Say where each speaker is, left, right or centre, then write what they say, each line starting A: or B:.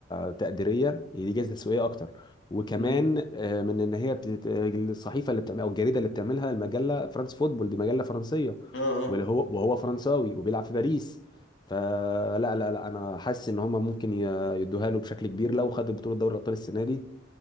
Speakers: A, on the left; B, on the left.
A: تقديريه هي دي جائزه تسويقيه اكتر وكمان
B: مم.
A: آه، من ان هي بتت... الصحيفه اللي بتعمل او الجريده اللي بتعملها المجله فرانس فوتبول دي مجله فرنسيه
B: اه اه
A: واللي هو وهو فرنساوي وبيلعب في باريس فلا لا لا لا، انا حاسس ان هم ممكن ي- يدوها له بشكل كبير لو خد بطوله دوري الابطال السنه دي